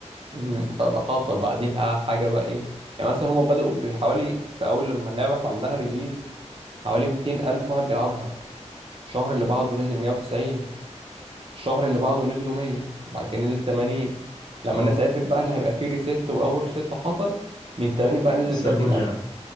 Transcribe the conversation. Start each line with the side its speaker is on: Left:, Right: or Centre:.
Right: مم، ده ده حصل بقى دي بقى حاجة بقى ايه يعني مثلا هما بدأوا بحوالي في أول لما اللعبة اتعمل لها ريليز حوالي 200 ألف واحد بيلعبها الشهر اللي بعده نزل 190 الشهر اللي بعده نزلوا 100 بعد كده نزل 80 لما
Left: اه
Right: الناس عرفت بقى ان هيبقى فيه ريست وأول ريست حصل من 80 بقى نزل
Left: سابوا
Right: 30
Left: اللعب
Right: ألف